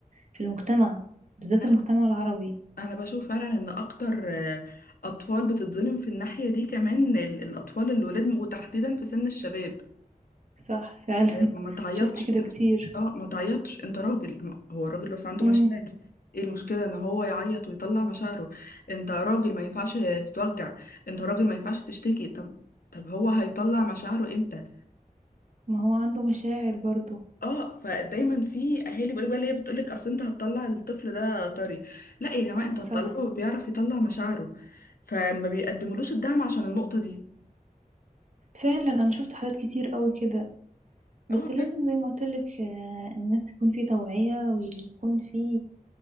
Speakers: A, on the right; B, on the left.
A: في المجتمع بالذات
B: انا
A: المجتمع العربي
B: انا بشوف فعلا ان اكتر آه، اطفال بتتظلم في الناحيه دي كمان ال- الاطفال الولاد وتحديدا في سن الشباب
A: صح فعلا
B: آه، ما
A: <laughs>
B: تعيطش
A: شفت كده كتير
B: اه ما تعيطش انت راجل ما- هو الراجل بس عنده
A: مم.
B: مشاعر ايه المشكله ان هو يعيط ويطلع مشاعره انت راجل ما ينفعش تتوجع انت راجل ما ينفعش تشتكي طب طب هو هيطلع مشاعره امتى
A: ما هو عنده مشاعر برضو
B: اه فدايما في اهالي بيقولوا بقى اللي هي بتقولك اصل انت هتطلع الطفل ده طري لا يا جماعه انت هتطلعه
A: صح
B: بيعرف يطلع مشاعره فما بيقدملوش الدعم عشان النقطه دي
A: فعلا انا شفت حالات كتير قوي كده بس
B: اه
A: لازم زي ما قلت لك آه، الناس يكون في توعية ويكون في